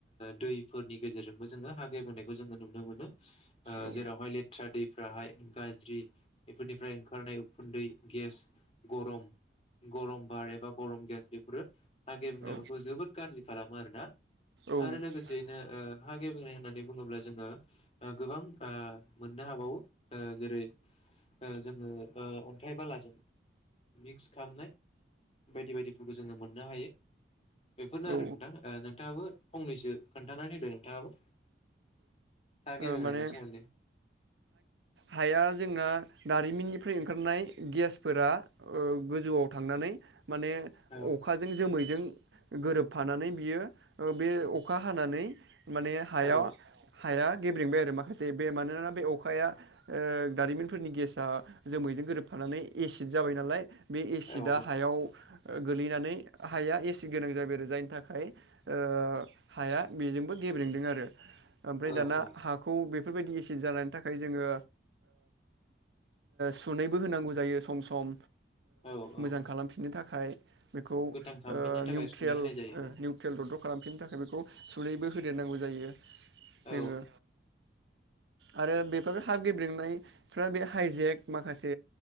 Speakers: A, on the left; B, on the right.
A: दैफोरनि गेजेरजोंबो जोङो हागायबोनायखौ जोङो नुनो ओ मोनो
B: औ
A: जेरावहाय लेथ्रा दैफ्राहाय गाज्रि बेफोरनिफ्राय ओंखारनाय उखुन्दै गेस गरम गरम बार एबा गरम गेस बेफोरो आागे बुंनाय
B: औ
A: जबोर गाज्रि खालामा आरो ना
B: औ
A: आरो लोगोसेयैनो हा गेबेनाय होननानै बुङोब्ला जोंङो गोबां मोननो हाबावो जेरै जोङो अन्थाइ बालासि मिक्स खालामनाय बायदि बायदिफोरखौ जोङो मोन मोननो हायो बेफोरनो आरो
B: औ
A: नोंथां नोंथाङाबो फंनैसो खोन्थानानै होदो नोंथाङाबो हा गेबेंनायनि
B: औ माने
A: सोमोन्दै
B: हाया जोंना दारिमिननिफ्राय ओंखारनाय गेसफोरा गोजौआव थांनानै माने
A: औ
B: अखाजों जोमैजों गोरोबफानानै बियो बे अखा हानानै माने हायाव
A: औ
B: हाय गेब्रेेंबाय आरो माखासे बे मानोना बे अखाया दारिमिनफोरनि गेसा जोमैजों गोरोबफानानै एसिद जाबाय नालाय बे एसिडा
A: औ
B: हायाव गोलैनानै हाया एसे गोनां जाबाय आरो जायनि थाखाय ओ हाया बेजोंबो गेब्रेेंदों आरो ओमफ्राय दाना
A: औ औ
B: हाखौ बे बेफोरबायदि एसिड जानायनि थाखाय जोंङो सुनायबो होनांगौ जायो सम सम
A: औ
B: मोजां
A: औ
B: खालामफिननो थाखाय फाय बेखौ
A: गोथां खालामफिननो
B: ओ
A: थाखाय
B: निउट्रेल
A: सुनै होनाय जायो
B: निउट्रेल दद्द' खालामफिननो थाखाय बेखौ सुनैबो होदेरनांगौ जायो
A: औ
B: जोंओ आरो बेफोर हाब गेब्रेनायफ्रा बे हाइजेक माखासे